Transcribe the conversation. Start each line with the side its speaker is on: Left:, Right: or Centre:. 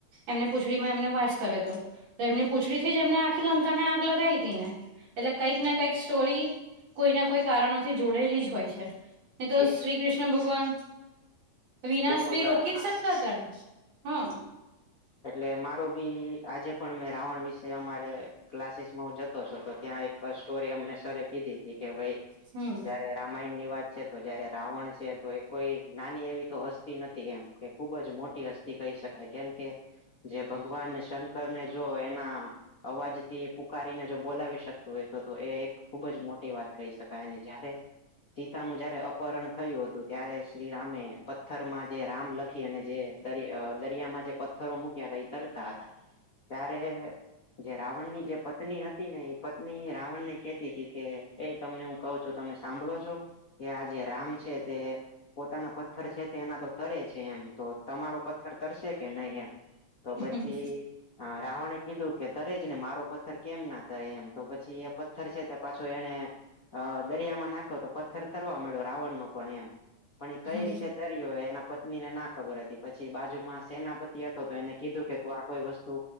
Right: એમને પૂછડીમાં એમને વાસ કર્યો હતો તો એમને પૂછડી થી જ એમને આખી લંકાને આગ લગાવી હતી ને એટલે કંઈક ના કંઈક સ્ટોરી કોઈ ના કોઈ કારણોથી જોડાયેલી જ હોય છે. નહી તો
Left: બિલકુલ
Right: શ્રી કૃષ્ણ ભગવાન વિનાશ
Left: બિલકુલ
Right: ભી
Left: હા
Right: રોકી જ શકતા ત હા
Left: એટલે મારો બી આજે પણ મે રાવણ વિશે અમારે ક્લાસીસમાં હું જતો છું તો ત્યાં એક સ્ટોરી અમને સર કીધી હતી કે ભાઈ
Right: હમ
Left: જારે રામાયણ ની વાત છે તો જયારે રાવણ છે, તો એ કોઈ નાની એવી તો હસ્તી નથી, એમ કે ખુબ જ મોટી હસ્તી કહી શકાય કેમ કે જે ભગવાન શંકર ને જો એના અવાજથી. પુકારીને જો બોલાવી શકતું હોય તો તો એ એક ખૂબ જ મોટી વાત કહી શકાય અને જયારે સીતા નું જયારે અપહરણ થયું હતું ત્યારે શ્રીરામે પથ્થરમાં જે રામ લખી અને જેર દરિયામાં જે પથ્થરો મૂક્યા હતા એ તરતા હતા. ત્યારે જે રાવણ ની જે પત્ની હતી ને એ પત્ની રાવણ ને કેતી હતી, કે એ તમને હું કહું છું તમે સાંભળો છો કે આ જે રામ છે. તે પોતાના પથ્થર છે તે એના તો તરે છે એમ તો તમારો પથ્થર તરશે કે નહી, એમ તો પછી.
Right: હમ
Left: હા રાવણે કીધું કે તરે જ ને મારો પથ્થર કેમ ના તરે એમ તો પછી એ પથ્થર છે, તે પાછો એને અ દરિયામાં નાખો તો પથ્થર તરવા મળ્યો રાવણનોો પણ એમ પણ એ કઈ
Right: હમ
Left: રીતે તરી્યો હો એના પત્ની ને ના ખબર હતી પછી બાજુમાં સેના પ થી હતો તો એને કીધું કે તું આ કોઈ વસ્તુ